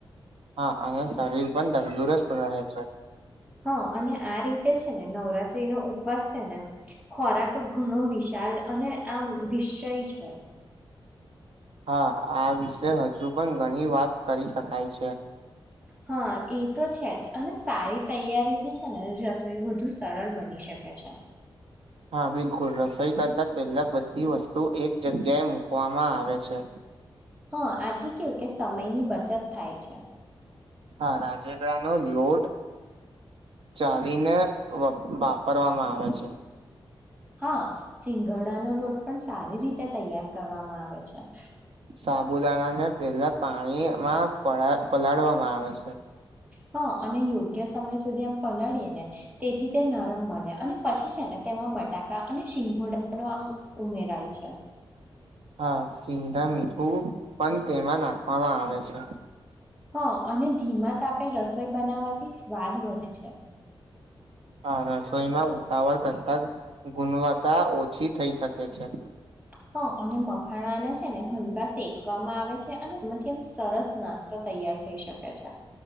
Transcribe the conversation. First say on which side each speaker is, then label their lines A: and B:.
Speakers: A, on the right (about 85°); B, on the right (about 20°).
A: હા અને શરીર પણ તંદુરસ્ત રહે છે
B: હા અને આ રીતે છે ને નવરાત્રી નો ઉપવાસ છે ને ખોરાક ઘણો વિશાલ અને આમ વિશ્ચય છે
A: હા આ વિશે હજુ પણ ઘણી વાત કરી શકાય છે.
B: હા એ તો છે જ અને સારી તૈયારી થી છે ને રસોઈ વધુ સરળ બની શકે છે.
A: <inaudible> હા બિલકુલ રસોઈ કરતા પહેલા બધી વસ્તુ એક જગ્યાએ મુકવામાં આવે છે.
B: હા આથી કેવું કે સમયની બચત થાય છે.
A: હા રાજેગરાનો લોટ ચાડીને વાપરવામાં આવે છે.
B: હા સિંગડાનો લોટ પણ સારી રીતે તૈયાર કરવામાં આવે છે.
A: સાબુદાણાને પહેલા પાણીમાં પડા પલાળવામાં આવે છે.
B: હા અને યોગ્ય સમય સુધી એમ પલાળીએ ને તેથી તે નરમ બને અને પછી છે ને બટાકા અને શિંગોડાનો આમ ઉમેરાય છે.
A: હા સિંધવ મીઠું પણ તેમાં નાખવામાં આવે છે.
B: હ અને ધીમા તાપે રસોઈ બનાવવાથી સ્વાદ વધે છે
A: હા રસોઈમાં ઉતાવળ કરતા ગુણવત્તા ઓછી થઈ શકે છે
B: હ અને મખાણાને છે ને હલકા શેકવામાં આવે છે અને એમાંથી આમ સરસ નાસ્તો તૈયાર થઈ શકે છે.